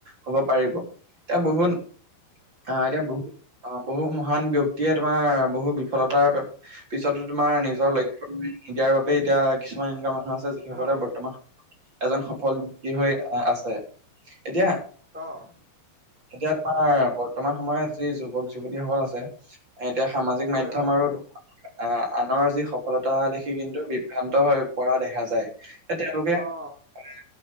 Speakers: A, on the right; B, in the centre.
A: হ'ব পাৰিব এতিয়া বহুত অ' এতিয়া বহু অ' বহু মহান ব্যক্তিয়ে তোমাৰ বহু বিফলতাৰ পিছতটো তোমাৰ নিজৰ লক্ষ্য নিদিয়াৰ বাবে এতিয়া কিছুমান এনেকুৱা মানুহ আছে যিসকলে
B: হয়
A: বৰ্তমান এজন সফল ব্যক্তি হৈ আহ' আছে এতিয়া
B: অ
A: এতিয়া তোমাৰ বৰ্তমান সময়ত যি যুৱক-যুৱতীসকল আছে। এতিয়া সামাজিক
B: হয়
A: মাধ্যম
B: হয়
A: আৰু আহ' আনৰ যি সফলতা দে কিন্তু বিভ্ৰান্ত হৈ পৰা দেখা যায়। যে তেওঁলোকে
B: অ
A: উম,